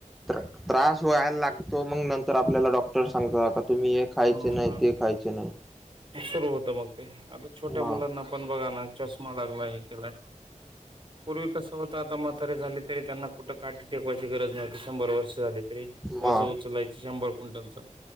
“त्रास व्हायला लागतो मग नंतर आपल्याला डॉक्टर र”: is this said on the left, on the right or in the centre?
Centre